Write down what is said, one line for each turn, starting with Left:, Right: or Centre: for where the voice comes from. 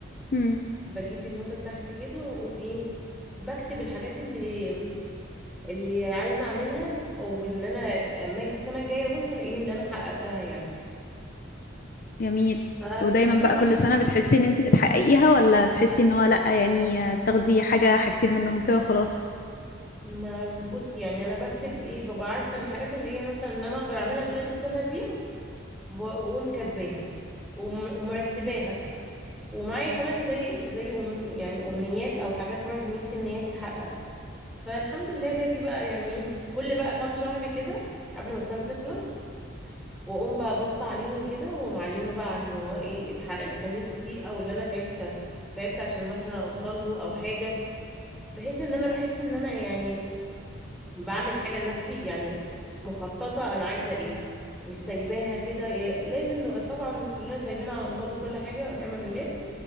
Left: امم
Centre: بجيب النوتة بتاعتي كده وأقوم إيه بكتب الحاجات اللي اللي عايزة أعملها أو إن أنا أما أجي السنة الجاية أبص ألاقيني إن أنا حققتها يعني
Left: جميل
Centre: فأنا
Left: ودايما بقى
Centre: بعمل
Left: كل سنه
Centre: كل
Left: بتحسي
Centre: سنة
Left: ان انت بتحققيها ولا بتحسي ان هو لا يعني آه، تاخدي حاجه حاجتين منهم كده وخلاص
Centre: ما بص يعني انا بكتب ايه ببقى عارفه ان الحاجات اللي هي مثلا ان انا اقدر اعملها خلال السنه دي واقوم كاتباها وم- ومرتباها ومعايا كمان زي زي أم يعني امنيات او حاجات برضو نفسي ان هي تتحقق فالحمد لله باجي بقى يعني ايه كل بقى كام شهر كده قبل ما السنه تخلص واقوم بقى باصه عليهم كده ومعلمه بقى على اللي هو ايه اتحقق اللي كان نفسي فيه او اللي انا تعبت تعبت عشان مثلا اوصل له او حاجه بحيث ان انا بحس ان انا يعني بعمل حاجة لنفسي يعني مخططة أنا عايزة إيه مش سايباها كده إيه لازم نبقى طبعا كلنا سايبين على الله وكل حاجة ونعم بالله